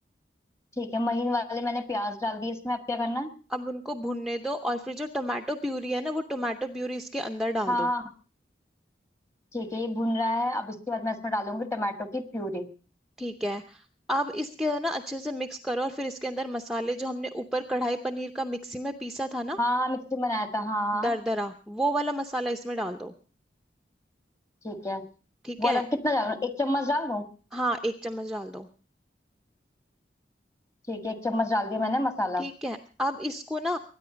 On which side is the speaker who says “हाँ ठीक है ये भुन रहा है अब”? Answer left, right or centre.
Left